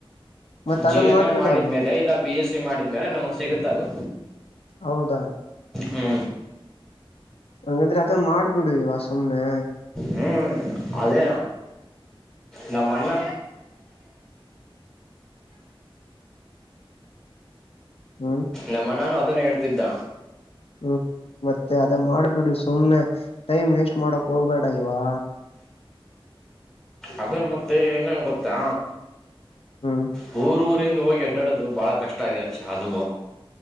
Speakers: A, on the left; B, in the centre.
A: ಮತ್ತ
B: ಜಿ
A: ಅದ
B: ಎನ್
A: ಮಾಡ್ಬಿಡು
B: ಎ ಮಾಡಿದ ಮೇಲೆ ಇಲ್ಲ ಬಿ ಎಸ್ ಮಾಡಿದೇಲೆ ನಮಸ್ ಸಿಗುತ್ತದು
A: ಹೌದಾ
B: ಹ್ಮ
A: ಹಂಗಂದ್ರೆ ಅದ ಮಾಡ್ಬಿಡುವ ಸುಮನೆ
B: ಹ್ಮ್ ಅದೆ ನಾ ಮಣ್ಣ
A: ಹ್ಮ್
B: ನಮ್ಮನಾನದು ಅದನ್ನ ಹೇಳ್ತಿದ್ದ
A: ಹ್ಮ್ ಮತ್ತೆ ಅದ ಮಾಡ್ಬ ಬಿಡ ಸುಮ್ನೆ ಟೈಮ್ ವೇಸ್ಟ್ ಮಾಡಕ್ ಹೋಗ್ಬೇಡ ವಾ
B: ಅದೇ ಮತ್ತೆ ಇನೇನ್ ಗೊತ್ತಾ
A: ಹ್ಮ್
B: ಹ ರಿಂದ ಹೋಗಿ ಅಡ್ಡಾಡದು ಬಹಳ ಕಷ್ಟ ಇದೆ ಅಚ ಅದು